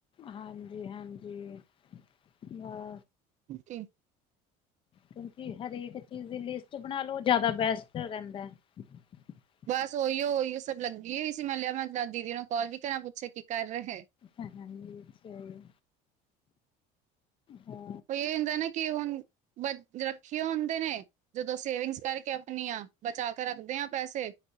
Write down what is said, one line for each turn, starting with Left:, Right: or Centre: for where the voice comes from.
Left: ਹਾਂਜੀ-ਹਾਂਜੀ ਬਸ।
Right: ਓਕੇ
Left: ਕਿਉਂਕਿ ਹਰੇਕ ਚੀਜ਼ ਦੀ ਲਿਸਟ ਬਣਾ ਲਓ, ਜ਼ਿਆਦਾ ਬੈਸਟ ਰਹਿੰਦਾ। <inaudible>
Right: ਬਸ ਓਹੀਓ ਉਹੀਓ ਸਭ ਲੱਗੀ ਹੋਈ ਸੀ, ਮੈਂ ਕਿਆ ਲਿਆ ਮੈਂ ਦਾਦੀ ਜੀ ਨੂੰ ਕਾਲ ਵੀ ਕਰਾਂ, ਪੁੱਛਾ ਕੀ ਕਰ ਰਹੇ।
Left: ਹਹਾਂ -ਹਹਾਂ ਅੱਛੇ ਹੋਏ, ਹਾਂ।
Right: ਕੋਈ ਇਹ ਹੁੰਦਾ ਨਾ ਕਿ ਹੁਣ, ਬ ਰੱਖੀ ਹੁੰਦੇ ਨੇ। ਜਦੋਂ ਸੇਵਿੰਗਸ ਕਰਕੇ ਆਪਣੀਆ, ਬਚਾ ਕੇ ਰੱਖਦੇ ਆਂ ਪੈਸੇ,